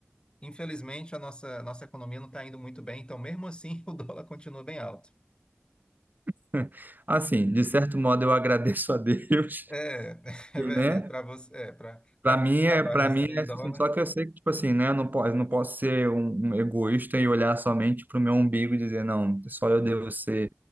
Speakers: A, on the left; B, on the right.
A: infelizmente a nossa, nossa economia não está indo muito bem, então mesmo assim <laughs> o dólar continua bem alto.
B: <laughs> Assim, de certo modo eu agradeço a Deus,
A: É, <laughs>
B: <laughs>
A: é
B: porque,
A: verdade,
B: né?
A: para você, é, para para
B: Para mim
A: quem
B: é,
A: trabalha
B: para
A: recebendo
B: mim é
A: em
B: assim,
A: dólar.
B: só que eu sei que tipo assim, né, eu não posso, não posso ser um, um egoísta e olhar somente para o meu umbigo e dizer, não, só eu devo ser